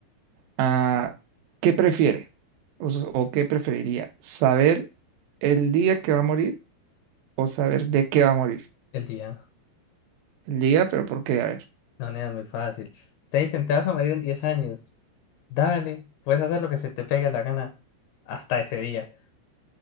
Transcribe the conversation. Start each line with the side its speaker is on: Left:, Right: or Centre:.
Right: Ah, ¿qué prefiere? o s- o qué preferiría? ¿Saber el día que va a morir? o saber de qué va a morir.
Left: El día.
Right: El día, pero ¿por qué? A ver.
Left: No, nena, es muy fácil. Te dicen, te vas a morir en 10 años. Dale, puedes hacer lo que se te pegue la gana hasta ese día.